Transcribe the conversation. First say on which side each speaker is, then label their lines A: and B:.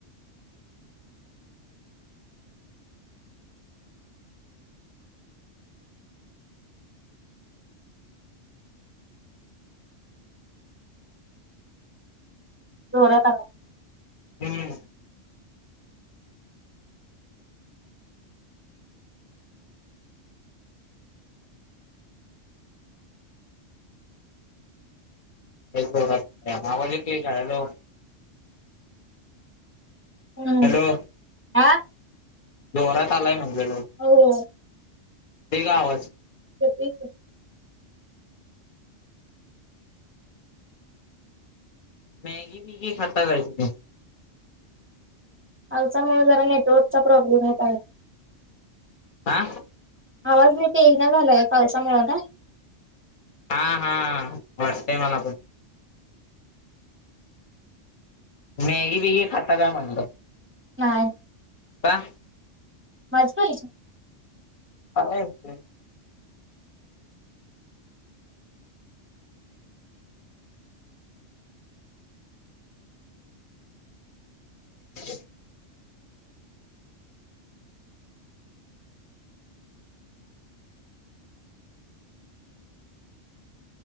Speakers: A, on the right; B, on the left.
A: जोरात आला
B: हं लयच जोरात येतेय आवाज येतेय का हॅलो
A: हम्म
B: हॅलो
A: आं
B: जोरात आलाय म्हटल लय
A: होव
B: ते गावाच
A: येतूय की.
B: मॅगी बीगी खाता काय तुम्ही?
A: आलचामुळे जरा नेटवर्कचा प्रॉब्लेम येत आहे.
B: आ?
A: आवाज नाही नीट येईना झालाय पावसामुळं का?
B: हा हा वाटतंय मला पण. मॅगी बीगी खाता का म्हणलं?
A: नाय.
B: का?
A: माझ <unintelligible>
B: <unintelligible> <inaudible>